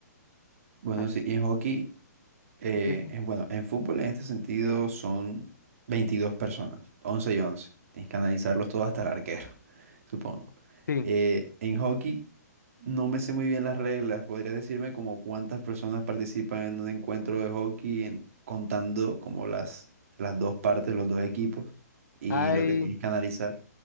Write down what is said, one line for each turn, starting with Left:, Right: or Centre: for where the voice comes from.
Right: Bueno,
Left: Así
Right: sí, y en hockey, eh,
Left: que,
Right: en- bueno, en fútbol en este sentido son 22 personas, once y once Tienes que analizarlos todos hasta el arquero, <laughs> supongo.
Left: sí,
Right: Eh, en hockey no me sé muy bien las reglas. ¿Podrías decirme como cuántas personas participan en un encuentro de hockey, en- contando como las, las dos partes, los dos equipos y
Left: hay,
Right: lo que tienes que analizar?